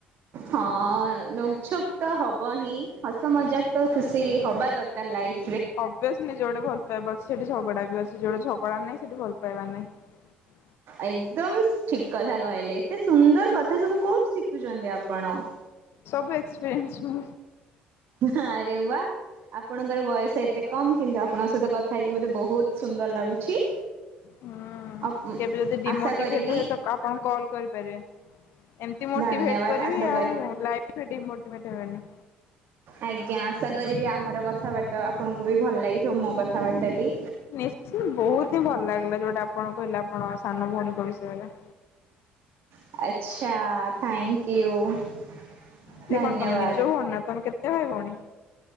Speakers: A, on the right; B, on the left.
A: ହଁ ନୋକ ଛୋପ ତ ହବ ହିଁ ହସ ମଜାକ ତ ଖୁସି ହବା ଦରକାର ଲାଇଫ
B: ଅଭିୟସ୍ଲି ଯୋଉଠି ଭଲ ପାଇବା ସେଠି ଝଗଡା ବି ଅ ସେ ଯୋଉଟେ ଝଗଡା ନାଇଁ ସେଠି ଭଲ ପାଇବା ନାଇଁ
A: ଏକଦମ ଠିକ୍ କଥା କହିଲେ ଏତେ ସୁନ୍ଦର କଥା ସବୁ କୋଉଠି ଶିଖୁଛନ୍ତି ଆପଣ?
B: ସବୁ ଏକ୍ସପିରିଏନ୍ସ୍ ମୁ
A: ହଁ ଆରେ ବା ଆପଣଙ୍କର ବୟସ ଏତେ କମ୍ କିନ୍ତୁ ଆପଣଙ୍କ ସହିତ କଥା ହେଇକି ମତେ ବହୁତ ସୁନ୍ଦର ଲାଗୁଛି।
B: ହୁଁ
A: ଅପ
B: କେବେ ଯଦି ଡିମୋଟିଭେଟର
A: ଆଶା କରିବି
B: ହୁଏ ତ ଆପଣ କଲ୍ କରିପାରିବେ ଏମତି ମୋଟିଭେଟ୍
A: ଧନ୍ୟବାଦ
B: କରିବି
A: ଆଶା
B: ଆଉ ଲାଇଫ୍‌ରେ ଡିମୋଟିଭେଟ୍ ହେବେନି।
A: ଆଜ୍ଞା ଆଶା କରିବି ଆମର କଥାବାର୍ତ୍ତା ଆପଣଙ୍କୁ ବି ଭଲ ଲାଗିଥିବ ମୋ କଥାବାର୍ତ୍ତା ଟି
B: ନିଶ୍ଚୟ ବହୁତ ହିଁ ଭଲ ଲାଗିଲା ଯୋଉଟା ଆପଣ କହିଲା ଆପଣ ସାନ ଭଉଣୀଙ୍କ ବିଷୟରେ <inaudible>
A: ଆଛା ଥ୍ୟାଙ୍କ୍ ୟୁ।
B: ସେ
A: ଧନ୍ୟବାଦ।
B: କଣ ତମେ ନିଜ ଭଉନି ନା ତମେ କେତେ ଭାଇଭଉଣୀ?